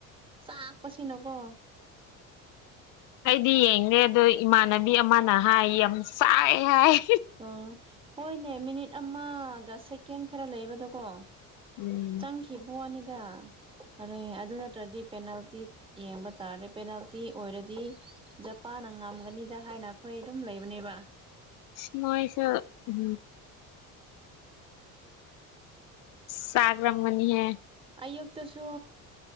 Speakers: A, on the right (about 15°); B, on the left (about 70°).
A: ꯆꯥꯛꯄꯁꯤꯅꯀꯣ
B: ꯑꯩꯗꯤ ꯌꯦꯡꯗꯦ ꯑꯗꯣ ꯏꯃꯥꯟꯅꯕꯤ ꯑꯃꯅ ꯍꯥꯏ ꯌꯥꯝ ꯁꯥꯏ ꯍꯥꯏ
A: ꯑꯣ ꯍꯣꯏꯅꯦ ꯃꯤꯅꯤꯠ ꯑꯃꯒ ꯁꯦꯀꯦꯟ ꯈꯔ ꯂꯩꯕꯗꯣꯀꯣ
B: ꯎꯝ
A: ꯆꯪꯈꯤꯕꯅꯤꯗ ꯑꯔ ꯑꯗꯨ ꯅꯠꯇ꯭ꯔꯗꯤ ꯄꯦꯅꯥꯜꯇꯤ ꯌꯦꯡꯕ ꯇꯥꯔꯦ ꯄꯦꯅꯥꯜꯇꯤ ꯑꯣꯏꯔꯗꯤ ꯖꯄꯥꯟ ꯍꯥꯟꯅ ꯉꯝꯒꯅꯤꯗ ꯍꯥꯏꯅ ꯑꯩꯈꯣꯏ ꯑꯗꯨꯝ ꯂꯩꯕꯅꯦꯕ
B: ꯁꯃꯣꯏꯁ ꯎꯝ ꯁꯥꯒꯔꯪꯃꯅꯤ ꯍ
A: ꯑꯌꯨꯛꯇꯁꯨ